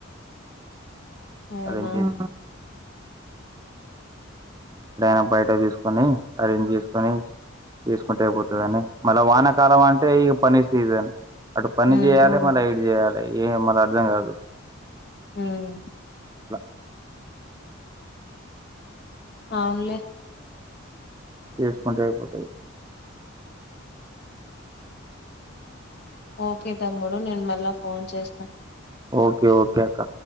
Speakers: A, on the left; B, on the right.
A: అవునా
B: అదేం ఏం, ఎక్కడైనా బయట తీసుకొని అరేంజ్ చేసుకొని చేసుకుంటే అయిపోతుందని. మళ్ళా వానకాలం అంటే ఈ పని సీజన్, అటు పని
A: ఉమ్
B: చేయాలి మళ్ళీ ఇటు చేయాల, ఏ మల్ల అర్ధం కాదు,
A: ఉమ్
B: అట్లా
A: అవునులే,
B: చేసుకుంటే అయి పోతాయి,
A: ఓకే తమ్ముడు నేను మళ్ళా ఫోన్ చేస్తా,
B: ఓకే ఓకే అక్క